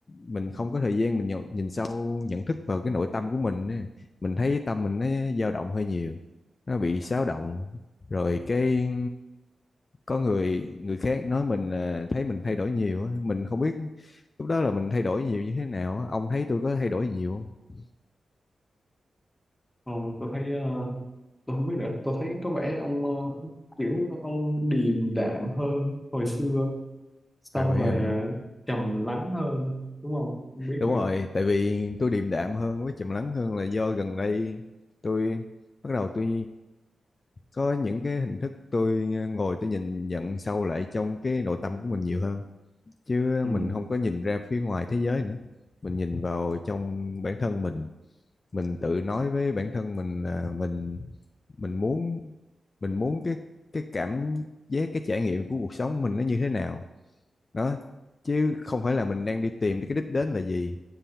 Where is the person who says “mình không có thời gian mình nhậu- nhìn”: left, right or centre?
Left